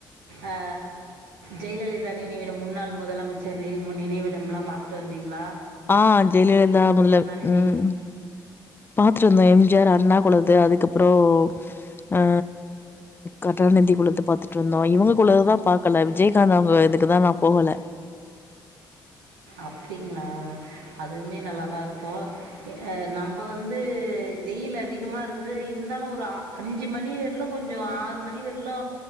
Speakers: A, on the right (about 75°); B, on the left (about 20°).
A: ஆ ஜெயலலிதா நினைவிடோ முன்னாள் முதலமைச்சருவு நினைவிடம்லா பாத்துட்டு வந்தீங்ளா
B: ஆ ஜெயலலிதா முதலவ்
A: நினைவிடம்
B: உம் பாத்துட் வந்தோ எம் ஜி ஆர் அண்ணா போலது அதுக்கப்பறோ ஆ கர்டாநிதி குள்ளது பாத்துட்டுருந்தோ இவங்க குள்ளதுதா பாக்கல விஜயகாந்த் அவுங்க இதுக்குதா நா போவல
A: அப்டிங்ளா அதுமே நல்லாதா இருக்கோ எ ஏ நம்ப வந்து வெயில் அதிகமா இருக்குது இருந்தாலோ ஒரு அ அஞ்சு மணி வெர்லோ கொஞ்சோ ஆறு மணி வெர்லோ